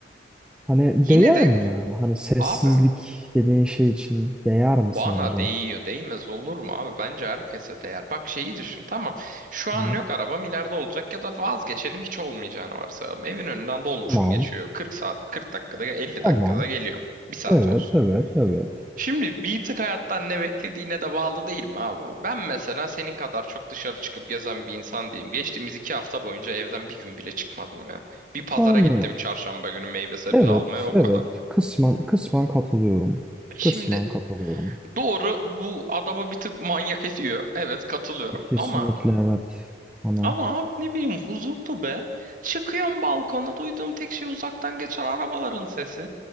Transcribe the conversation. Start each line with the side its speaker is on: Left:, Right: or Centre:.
Centre: hani
Right: yine
Centre: değer
Right: de
Centre: mi
Right: ko-
Centre: yani? Hani sessizlik
Right: abi
Centre: dediğin şey için değer mi
Right: Bana
Centre: sence?
Right: değiyor, değmez olur mu abi? Bence herkese değer. Bak şeyi düşün, tamam. Şu an
Centre: Hı.
Right: yok arabam ileride olacak ya da vazgeçelim hiç olmayacağını varsayalım. Evin önünden dolmuşum
Centre: Tamam,
Right: geçiyor. 40 saat, 40 dakikada, 50
Centre: tamam.
Right: dakikada geliyor. Bir saat
Centre: Evet,
Right: olsun.
Centre: evet, evet.
Right: Şimdi bir tık hayattan ne beklediğine de bağlı değil mi abi? bu? Ben mesela senin kadar çok dışarı çıkıp gezen bir insan değilim. Geçtiğimiz iki hafta boyunca evden bir gün bile çıkmadım ya. Bir pazara
Centre: Yani
Right: gittim çarşamba günü meyve sebze
Centre: evet,
Right: almaya o
Centre: evet.
Right: kadar.
Centre: Kısmen kısmen katılıyorum.
Right: Şimdi
Centre: Kısmen katılıyorum.
Right: Doğru bu adamı bir tık manyak ediyor. Evet katılıyorum.
Centre: Kesinlikle
Right: Ama
Centre: evet. Hani
Right: ama abi ne bileyim huzurlu be. Çıkıyorum balkona duyduğum tek şey uzaktan geçen arabaların sesi.